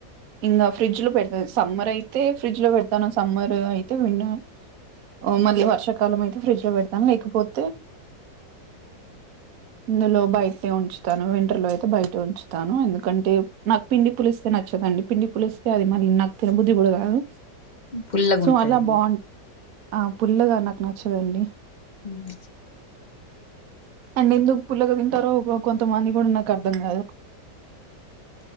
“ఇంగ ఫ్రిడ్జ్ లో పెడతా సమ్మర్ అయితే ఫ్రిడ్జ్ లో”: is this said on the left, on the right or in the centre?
Right